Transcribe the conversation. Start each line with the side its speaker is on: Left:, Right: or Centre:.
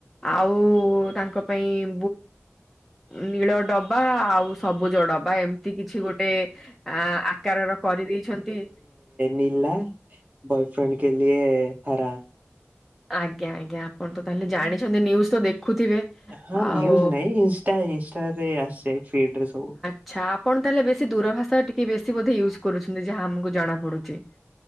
Centre: ଆଉ ତାଙ୍କ ପାଇଁ ନୀଳ ଡବା ଆଉ ସବୁ ଜଡ ବା ଏମିତି କିଛି ଗୋଟେ ଆ ଆକାରର କରିଦେଇଛନ୍ତି
Right: ନୀଲା ବୟଫ୍ରେଣ୍ଡ କେଲିଏ ହରା।
Centre: ଆଜ୍ଞା ଆଜ୍ଞା ଆପଣ ତ ତାହେଲେ ଜାଣିଛନ୍ତି ନ୍ୟୁଜ ତ ଦେଖୁଥିବେ।
Right: ହଁ
Centre: ଆଉ
Right: ନ୍ୟୁଜ ନାଇଁ ଇନଷ୍ଟା ଇନଷ୍ଟା ରେ ଆସେ ଫିଡରେ ସବୁ।
Centre: ଆଚ୍ଛା ଆପଣ ତାହେଲେ ବେଶୀ ଦୂରଭାଷା ଟିକେ ବେଶୀ ବୋଧେ ୟୁଜ୍ କରୁଛନ୍ତି ଯାହା ଆମକୁ ଜଣା ପଡୁଛି।